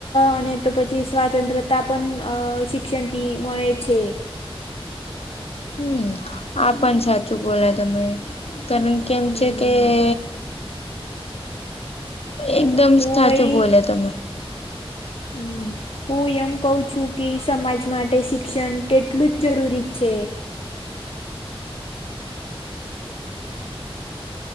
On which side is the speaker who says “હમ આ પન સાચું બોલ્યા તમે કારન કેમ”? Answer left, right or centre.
Left